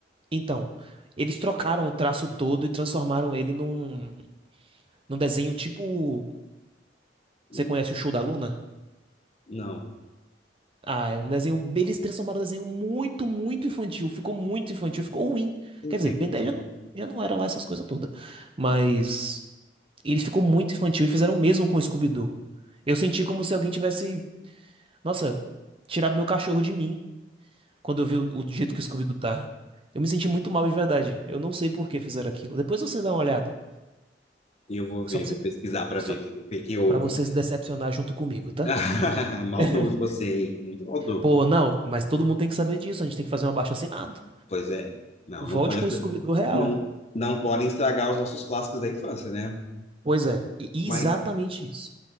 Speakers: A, on the right; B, on the left.
A: Então, eles trocaram o traço todo e transformaram ele num, num desenho tipo
B: Hum,
A: Você conhece o Show da Luna?
B: Não,
A: Ah, é um desenho. Eles transformaram um desenho muito, muito infantil. Ficou muito infantil, ficou ruim.
B: entendi.
A: Quer dizer, Ben 10 já não, já não era lá essas coisas todas. Mas ele ficou muito infantil e fizeram o mesmo com o Scooby-Doo. Eu senti como se alguém tivesse, nossa, tirado meu cachorro de mim quando eu vi o, o jeito que o Scooby-Doo tá. Eu me senti muito mal de verdade. Eu não sei por que fizeram aquilo. Depois você dá uma olhada.
B: Eu vou
A: Só
B: ver,
A: pra
B: vou
A: você,
B: pesquisar para
A: só
B: ver o que, o que que houve.
A: pra você se decepcionar junto comigo, tá?
B: <laughs> Maldoso
A: <laughs>
B: você, hein? Muito maldoso.
A: Pô, não, mas todo mundo tem que saber disso. A gente tem que fazer um abaixo-assinado.
B: Pois é. Não,
A: Volte
B: não pode,
A: com o Scooby-Doo real.
B: não, não podem estragar os nossos clássicos da infância, né?
A: Pois é, e- e
B: Mas
A: exatamente isso.